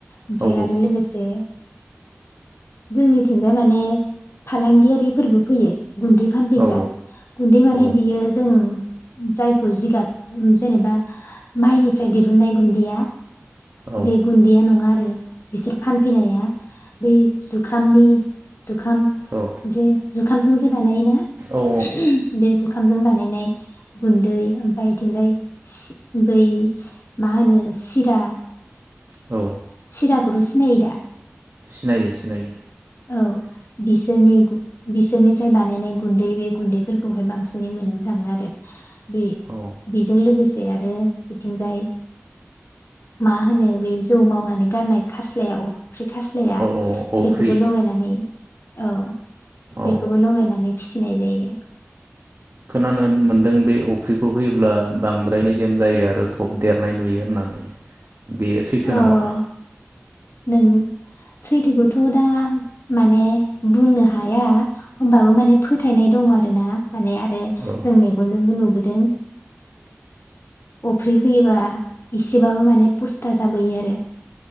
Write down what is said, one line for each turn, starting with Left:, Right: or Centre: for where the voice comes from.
Left: ओमफ्राय
Right: औ
Left: आरो लोगोसे जोंनिथिंजाय माने फालांगियारिफोरबो फैयो गुन्दै फानफैग्रा
Right: औ
Left: गुन्दै माने
Right: औ
Left: बियो उम जायखौ जिगाब जेनेबा माइनिफ्राय दिहुननाय गुन्दैया
Right: औ
Left: बे गुन्दैया नङा आरो बिसोर फानफैनाया बै जुखामनि जुखाम
Right: औ
Left: जे जुखाम जोंजे बानायोना?
Right: औ
Left: <unintelligible> बे जुखाम जों बानायनाय गुन्दै ओमफ्राय बिथिंजाय सि बै मा होनो सिरा
Right: औ
Left: चिरा खौथ सिनायो दा?
Right: सिनायो सिनायो
Left: औ, बिसोरनि बिसोरनिफ्राय बानायनाय गुन्दै बे गुन्दैफोरखौहाय बांसिनै मोननो थाङो आरो। बे
Right: औ
Left: बेजों लोगोसे आरो बिथिंजाय मा होनो बै जौ मावनानै गारनाय खास्लाया अफ्रि खास्लाया
Right: औ औ अफ्रि
Left: बे खौबो लगायनानै औ।
Right: औ
Left: बेखौबो लगायनानै फिसिनाय जायो।
Right: खोनानो मोनदों बे अफ्रिखौ होयोब्ला बांद्राय मेजेम जायो आरो थब देरनाय नुयो होननानै। बेयो सैथोनामा?
Left: औ औ नों सैथोखौथ दा माने बुंनो हाया। होनबाबो माने फोथायनाय दङ आरो ना माने आरो
Right: औ
Left: जों मेगनजोंबो नुबो दों। अफ्रि होयोबा इसेबाबो माने पुस्ता जाबोयो आरो।